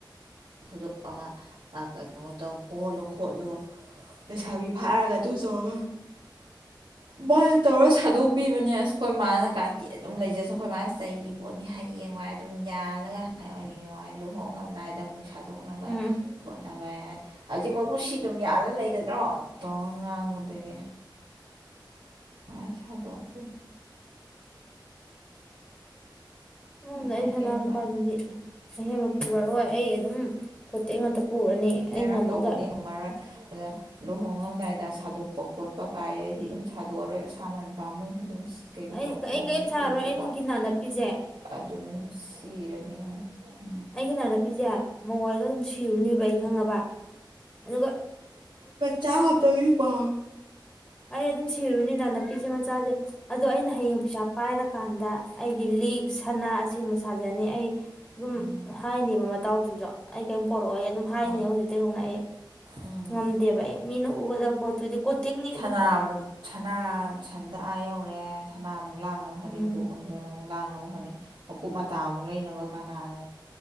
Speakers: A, on the right; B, on the left.
A: ꯈꯨꯗꯣ ꯑꯃ ꯀꯩꯅꯣ ꯇꯧ ꯀꯣꯜꯂꯣ ꯈꯣꯠꯂꯣ ꯂꯩꯁꯥꯕꯤ ꯐꯥꯔꯒ ꯑꯗꯨ ꯇꯧꯔꯒ ꯃꯥꯅ ꯇꯧꯔ ꯁꯥꯗꯣꯛꯄꯤꯕꯅꯦ ꯑꯁ ꯑꯩꯈꯣꯏ ꯃꯥꯅ ꯀꯥꯇꯤ ꯑꯗꯨꯝ ꯂꯩꯖꯁ ꯑꯩꯈꯣꯏ ꯃꯥꯅ ꯆꯩꯔꯤ ꯄꯣꯠꯅꯤ ꯍꯌꯦꯡꯋꯥꯏ ꯑꯗꯨꯝ ꯌꯥꯜꯂꯒꯏ ꯂꯨꯍꯣꯡꯉꯝꯗꯥꯏꯗ ꯑꯃꯨꯛ ꯁꯥꯗꯣꯛꯅꯕ
B: ꯎꯝ ꯎꯝ
A: ꯈꯣꯠꯅꯕ ꯍꯧꯖꯤꯛꯐꯥꯎ ꯎꯁꯤꯗ ꯌꯥꯅ ꯂꯩꯒꯗ꯭ꯔꯣ ꯇꯧ ꯉꯥꯡꯉꯨꯗꯒꯤ ꯍ ꯁꯗꯣꯛ ꯐ
B: ꯎꯝ ꯎꯝꯗ
A: ꯑꯍꯦꯟꯕ
B: ꯑꯩ ꯁꯅꯥ ꯅꯨꯄꯥꯗꯨꯗꯤ ꯑꯍꯦꯝꯃꯛ ꯄꯨꯔꯔꯣꯏ ꯑꯩ ꯑꯗꯨꯝ ꯈꯣꯠꯇꯦ ꯉꯥꯛꯇ ꯄꯨꯔꯅꯤ ꯑꯩ
A: ꯍꯦꯔꯥꯡ
B: ꯉꯝꯃꯒ
A: ꯇꯧꯕꯗꯤ ꯉꯝꯃꯔꯣꯏ ꯑꯗꯨꯗ ꯂꯨꯍꯣꯡꯉꯝꯗꯥꯏꯗ ꯁꯥꯗꯣꯛꯄ ꯈꯣꯠꯄ ꯀꯥꯏ ꯑꯩꯗꯤ ꯑꯗꯨꯝ ꯁꯥꯗꯣꯛꯑꯔꯣꯏ ꯑꯁꯥꯃꯟ ꯄꯥꯝꯃꯣꯏ ꯑꯗꯨꯝ ꯀꯩꯒꯨꯝꯕ
B: ꯑꯩ
A: ꯍꯣꯡꯉꯦ
B: ꯑꯩ ꯀꯔꯤꯝ
A: ꯈꯜꯂꯁꯨꯀꯣ
B: ꯁꯥꯔꯣꯏ ꯑꯩꯒꯤ ꯅꯥꯅꯞꯄꯤꯁꯦ
A: ꯑꯗꯨꯝ ꯁꯤꯔꯅꯤ ꯁꯤꯏ
B: ꯑꯩꯅꯅ ꯄꯤꯤꯁꯦ ꯃꯉꯣꯟꯜꯗꯒ ꯑꯗꯨꯝ ꯁꯤꯔꯨꯅꯦꯕ ꯑꯩ ꯈꯪꯉꯕ ꯑꯗꯨꯒ
A: ꯆꯥ ꯇꯕꯤ ꯄꯥ
B: ꯑꯩ ꯑꯗꯨꯝ ꯁꯤꯔꯨꯅꯤꯅ ꯅꯨꯄꯤꯁꯦ ꯃꯆꯥꯁꯦ ꯑꯗꯣ ꯑꯩꯅ ꯍꯌꯦꯡ ꯄꯩꯁꯥ ꯄꯥꯏꯔꯀꯥꯟꯗ ꯑꯩꯒꯤ ꯂꯤꯛ ꯁꯅꯥ ꯑꯁꯦꯡꯕ ꯁꯥꯖꯅꯤ ꯑꯩ ꯑꯗꯨꯝ
A: ꯎꯝ
B: ꯍꯥꯏꯅꯦꯕ ꯃꯇꯥꯎꯗꯨꯁꯨ ꯑꯩ ꯀꯔꯤꯝ ꯄꯣꯔꯛꯑꯣ ꯑꯩ ꯑꯗꯨꯝ ꯍꯥꯏꯅꯤ
A: ꯎꯝ
B: ꯍꯧꯖꯤꯛꯇ ꯍꯧꯅ ꯑꯩ
A: ꯎꯝ
B: ꯉꯝꯗꯦꯕ ꯑꯩ ꯃꯤꯅ ꯎꯒꯗꯕ ꯄꯣꯠꯇꯨꯗꯤ ꯀꯣꯠꯇꯦꯛꯅꯤ
A: ꯁꯒꯥꯃꯨꯛ ꯁꯅꯥ ꯁꯟꯗ ꯑꯥ ꯌꯧꯔꯦꯅꯥ ꯑ ꯑꯃꯨꯛ ꯂꯪꯅ ꯍꯅ
B: ꯎꯝ
A: ꯣ ꯀꯥꯡꯗꯅ ꯑꯃꯨꯛ ꯂꯪꯅ ꯍꯣꯠꯅꯩ ꯃꯀꯨꯨꯞ ꯃꯇ ꯑꯃꯨꯛ ꯂꯩꯅꯕ ꯀꯅꯥꯅ